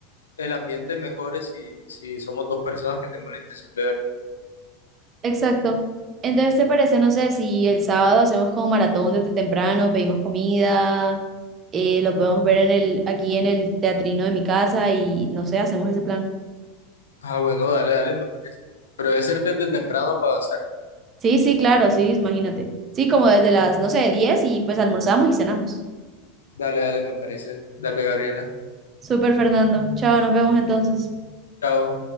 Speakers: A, on the left; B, on the right.
A: el ambiente mejore si, si somos dos personas que tenemos la intención de ver.
B: Exacto. Entonces, ¿te parece, no sé, si el sábado hacemos como maratón desde temprano, pedimos comida, eh, lo podemos ver en el, aquí en el teatrino de mi casa y no sé, hacemos ese plan?
A: Ah, bueno, dale, dale, me parece. Pero debe ser desde temprano para avanzar.
B: Sí, sí, claro, sí, imagínate. Sí, como desde las, no sé, 10 y pues almorzamos y cenamos.
A: Dale, dale, me parece. Dale, Gabriela.
B: Súper, Fernando. Chao, nos vemos entonces.
A: Chao.